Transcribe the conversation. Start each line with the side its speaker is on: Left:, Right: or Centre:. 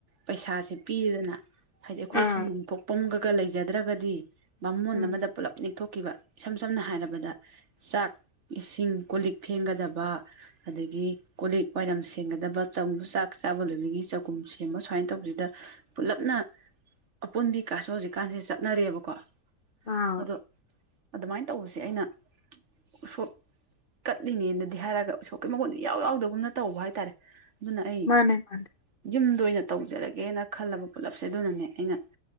Right: ꯄꯩꯁꯥꯁꯦ ꯄꯤꯗꯅ ꯍꯥꯏꯗꯤ ꯑꯩꯈꯣꯏ
Left: ꯑꯥ
Right: ꯊꯣꯡ ꯅꯅꯨꯡꯊꯣꯛ <inaudible> ꯄꯨꯝꯒꯒ ꯂꯩꯖꯗ꯭ꯔꯒꯗꯤ ꯃꯃꯣꯟ
Left: ꯎꯝ
Right: ꯑꯃꯗ ꯄꯨꯂꯞ ꯅꯤꯊꯣꯛ ꯀꯈꯤꯕ ꯏꯁꯝ ꯁꯝꯅ ꯍꯥꯏꯔꯕꯗ ꯆꯥꯛ ꯏꯁꯤꯡ ꯀꯣ ꯂꯤꯛ ꯐꯦꯡꯒꯗꯕ ꯑꯗꯒꯤ ꯀꯣꯂꯤꯛ ꯋꯥꯏꯔꯝ ꯁꯦꯝꯒꯗꯕ ꯆꯨ ꯆꯥꯛ ꯆꯥꯕ ꯂꯣꯏꯕꯒꯤ ꯆꯥꯛꯈꯨꯝ ꯁꯦꯝꯕ ꯁꯨꯃꯥꯏꯅ ꯇꯧꯕꯁꯤꯗ ꯄꯨꯂꯞꯅ ꯑꯄꯨꯟꯕꯤ ꯀꯥꯁꯨ ꯍꯧꯖꯤꯛꯀꯥꯟꯁꯦ ꯆꯠꯅꯔꯦꯕꯀꯣ
Left: ꯑꯥ
Right: ꯑꯗꯣ ꯑꯗꯨꯃꯥꯏꯅ ꯇꯧꯕꯁꯦ ꯑꯩꯅ ꯎꯁꯣꯞ ꯀꯠꯂꯤꯉꯦꯅꯗꯤ ꯍꯥꯏꯔꯒ ꯎꯁꯣꯞꯀꯤ ꯃꯒꯨꯟ ꯏꯎ ꯌꯥꯎꯗꯒꯨꯝꯅ ꯇꯧꯕ ꯍꯥꯏꯇꯥꯔꯦ ꯑꯗꯨꯅ ꯑꯩ
Left: ꯃꯥꯅꯦ ꯃꯥꯅꯦ
Right: ꯌꯨꯝꯗ ꯑꯣꯏꯅ ꯇꯧꯖꯔꯒꯦꯅ ꯈꯜꯂꯕ ꯄꯨꯜꯂꯞꯁꯦ ꯑꯗꯨꯅꯅꯦ ꯑꯩꯅ